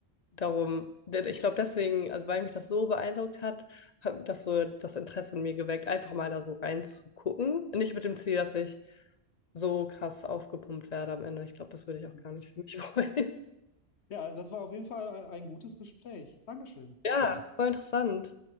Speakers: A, on the left (about 50°); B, on the left (about 85°).
A: Darum, denn ich glaube deswegen, also weil mich das so beeindruckt hat, hat das so das Interesse in mir geweckt, einfach mal da so reinzugucken. Nicht mit dem Ziel, dass ich so krass aufgepumpt werde am Ende. Ich glaube, das würde ich auch
B: Hm.
A: gar nicht für mich <laughs> wollen.
B: Ja, das war auf jeden Fall ein gutes Gespräch. Dankeschön.
A: Ja, voll interessant.